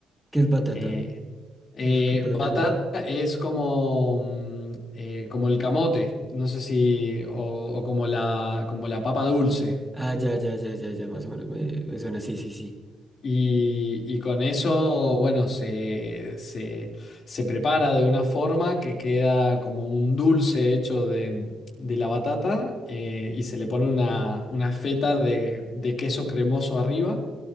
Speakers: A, in the centre; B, on the left.
A: ¿qué es batata?
B: Eh, eh,
A: Disculpa
B: batata
A: la pregunta.
B: es como, mm, eh, como el camote, no sé si, o, o como la, como la papa dulce.
A: Ah, ya, ya, ya, ya, ya, más o menos me, me suena. Sí, sí, sí.
B: Y, y con eso, bueno, se, se, se prepara de una forma que queda como un dulce hecho de, de la batata eh, y se le pone una, una feta de, de queso cremoso arriba.